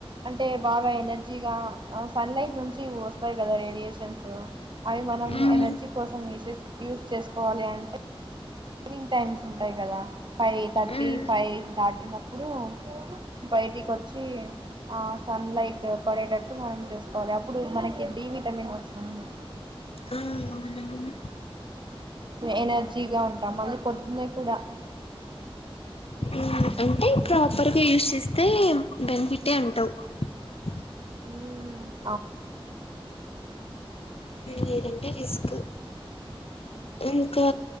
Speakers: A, on the right (about 50°); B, on the left (about 75°).
A: అంటే బాగ ఎనర్జీగా ఏ సన్లైట్ నుంచి వస్తాయి కదా రేడియేషన్స్ అవి మనం
B: మ్మ్
A: ఎనర్జీ కోసం యూస్ యూస్ చేస్త కోవాలి అంటే ఈవినింగ్ టైమ్స్ ఉంటాయి కదా ఫైవ్ థర్టీ
B: మ్మ్
A: ఫైవ్ థటీనో ఇప్పుడు బయటికి వచ్చి ఆ సన్ లైట్ పడేటట్టు మనం చేసుకోవాలి అప్పుడు మనకి డి విటమిన్ వస్తుంది
B: ఆ అవునండి
A: ఎనర్జీగా ఉంటాం మళ్ళీ పొద్దున కూడా
B: అ <unintelligible> అంటే ప్రాపర్గా యూస్ చేస్తే బెనిఫిటే అంటవు అ <inaudible>
A: ఉం
B: లేదంటే రిస్క్ ఇంకా